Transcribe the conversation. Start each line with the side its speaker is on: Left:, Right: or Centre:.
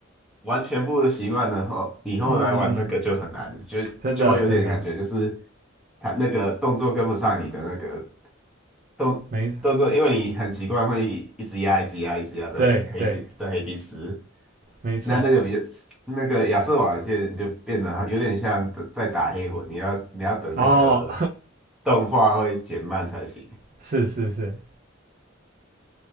Centre: 完全不习惯的后，以后来玩那个就很难，
Right: 嗯嗯，
Centre: 就就会有点感觉就是
Right: 真的真的
Centre: 他那个动作跟不上你的那个都都做，
Right: 没
Centre: 因为你很习惯会一直压、一直压、一直压在黑底在黑底时，
Right: 对对没错。
Centre: 那那个比较那个亚瑟瓦线就变得有点像在打黑魂，你要你要等那个
Right: 哦，
Centre: 动画会减慢才行。
Right: 是是是，